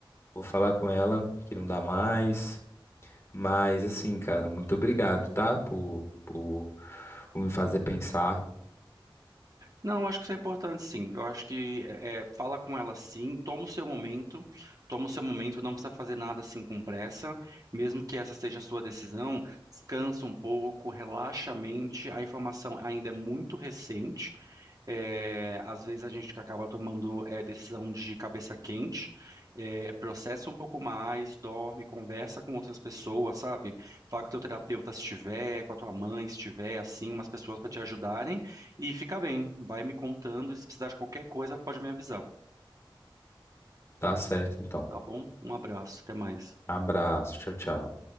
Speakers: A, on the left (about 30°); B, on the right (about 45°).
A: vou falar com ela que não dá mais. Mas, assim, cara, muito obrigado, tá? Por, por, por me fazer pensar.
B: Não, acho que isso é importante, sim. Eu acho que é, fala com ela, sim. Toma o seu momento, toma o seu momento. Não precisa fazer nada assim com pressa, mesmo que essa seja a sua decisão. Descansa um pouco, relaxa a mente. A informação ainda é muito recente, é, às vezes a gente acaba tomando é, decisão de cabeça quente, é, processa um pouco mais, dorme, conversa com outras pessoas, sabe? Fala com o teu terapeuta se tiver, com a tua mãe se tiver, assim, umas pessoas para te ajudarem e fica bem. Vai me contando, e se precisar de qualquer coisa, pode me avisar,
A: Tá certo, então.
B: tá bom? Um abraço, até mais.
A: Abraço, tchau, tchau.